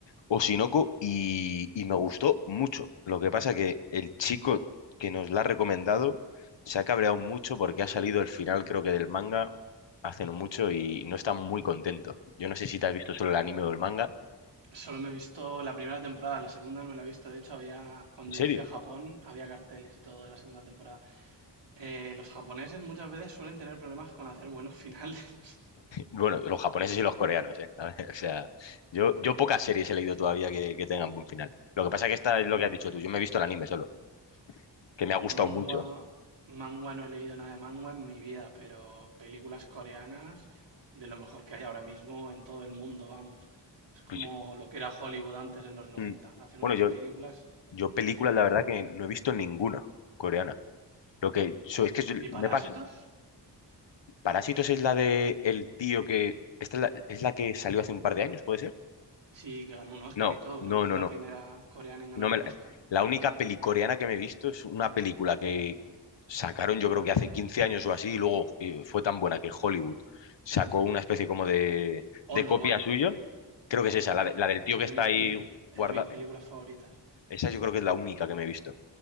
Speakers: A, on the left; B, on the right.
A: Osinoco, y, y me gustó mucho. Lo que pasa que el chico que nos la ha recomendado se ha cabreado mucho porque ha salido el final, creo que del manga, hace no mucho, y no está muy contento. Yo no sé si te has visto solo el anime o el manga.
B: Solo me he visto la primera temporada, la segunda no me la he visto. De hecho, había, cuando
A: ¿En serio?
B: yo fui a Japón, había carteles y todo de la segunda temporada. Eh, los japoneses muchas veces suelen tener problemas con hacer buenos finales. <laughs>
A: Bueno, los japoneses y los coreanos, ¿eh? <laughs> O sea, yo, yo pocas series he leído todavía que, que tengan buen final. Lo que pasa es que esta es lo que has dicho tú. Yo me he visto el anime solo, que me ha gustado
B: Mangua,
A: mucho.
B: mangua no he leído nada de mangua en mi vida, pero películas coreanas de lo mejor que hay ahora mismo en todo el mundo, vamos. Es como
A: Pues,
B: lo que era Hollywood antes en los 90.
A: mm,
B: Hacen
A: bueno,
B: unas
A: yo,
B: películas
A: yo películas,
B: que flipas.
A: la verdad que no he visto ninguna coreana. Lo que so- es que so-
B: ¿Ni
A: me
B: Parásitos?
A: pasa. Parásitos es la de el tío que. Esta es la, es la que salió hace un par de años, ¿puede ser?
B: Sí, que ganó un Oscar
A: No,
B: y todo.
A: no,
B: Creo que
A: no,
B: fue la
A: no.
B: primera coreana en ganar
A: No me
B: un
A: la,
B: Oscar.
A: la única peli coreana que me he visto es una película que sacaron yo creo que hace 15 años o así y luego eh, fue tan buena que Hollywood sacó una especie como de,
B: Old
A: de copia
B: Boy.
A: suyo. Creo que
B: Oldboy
A: es esa, la, de- la del tío
B: es
A: que
B: de
A: está
B: mis
A: ahí
B: peli- es
A: guardada.
B: de mis películas favoritas.
A: Esa yo creo que es la única que me he visto.